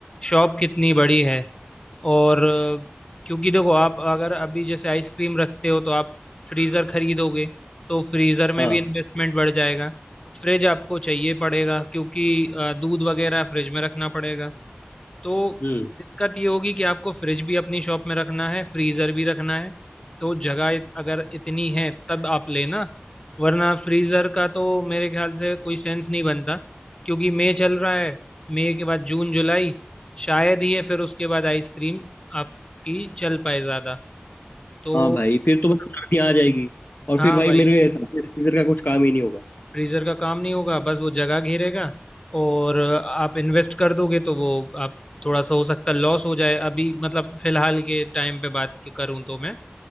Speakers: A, on the left; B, on the left.
A: शॉप कितनी बड़ी है और अ, क्योंकि देखो आप अगर अभी जैसे आइसक्रीम रखते हो तो आप फ्रीज़र खरीदोगे तो फ्रीज़र में
B: हाँ
A: भी इन्वेस्टमेंट बढ़ जाएगा फ्रिज आपको चाहिए पड़ेगा क्योंकि अ, दूध वगैरह फ्रिज में रखना पड़ेगा तो
B: हम्म
A: दिक्कत ये होगी कि आपको फ्रिज भी अपनी शॉप में रखना है फ्रीजर भी रखना है तो जगह इत- अगर इतनी है तब आप लेना वरना फ्रीजर का तो मेरे ख्याल से कोई सेंस नहीं बनता क्योंकि मई चल रहा है मई के बाद जून जुलाई शायद ही है फिर उसके बाद आइसक्रीम आपकी चल पाए ज़्यादा तो
B: हाँ भाई फिर तो मतलब सर्दी आ जाएगी और
A: हाँ
B: फिर भाई
A: भाई
B: मेरे हिसाब से फ्रीजर का कुछ काम ही नहीं होगा
A: फ्रीजर का काम नहीं होगा बस वो जगह घेरेगा और आप इन्वेस्ट कर दोगे तो वो आप थोड़ा सा हो सकता है लॉस हो जाए अभी मतलब फिलहाल के टाइम पे बात करूं तो मैं